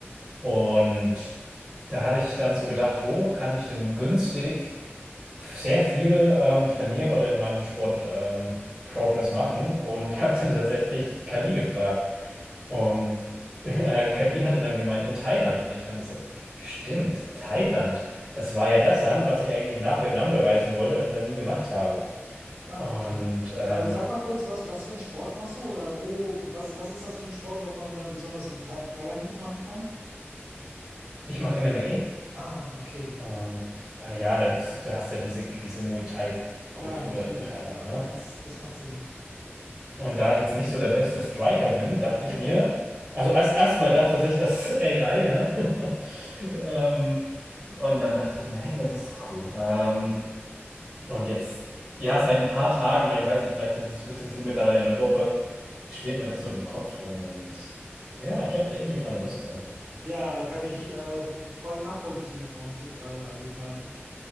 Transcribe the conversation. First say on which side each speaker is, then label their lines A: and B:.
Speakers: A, on the right; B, on the right.
A: Und da hatte ich dann so gedacht, wo kann ich denn günstig sehr viel ähm, trainieren oder in meinem Sport ähm, Progress machen und <laughs> habe dann tatsächlich KI gefragt. Und äh, KI hatte dann gemeint in Thailand und ich habe so, stimmt, Thailand, das war ja das Land, was ich eigentlich nach Vietnam bereisen wollte und dann nie gemacht habe.
B: Ah,
A: Und
B: okay.
A: ähm,
B: Äh, sag mal kurz, was, was für einen Sport machst du oder wo, was, was ist das für ein Sport, was man dann besonders in Thai Thailand gut machen kann?
A: ich mache MMA
B: Ah, okay.
A: und äh, ja, das, du hast ja diese, diese Muay Thai-Kultur
B: Klar, natürlich.
A: in Thailand,
B: Ja,
A: ne?
B: jetzt, das macht Sinn.
A: Und da ich jetzt nicht so der beste Striker bin, dachte
B: <laughs>
A: ich mir, also erst erstmal dachte sich das <laughs> AI, ja. <laughs> ähm, und dann dachte ich mir, hey, das ist doch cool. Ähm, und jetzt, ja, seit ein paar Tagen oder ich weiß nicht, vielleicht ist es, ist es hier mittlerweile eine Woche, schwirrt mir das so im Kopf rum und ja, ich habe da irgendwie gerade Lust drauf.
B: Ja, kann ich äh, voll nachvollziehen. Und äh, also ich meine,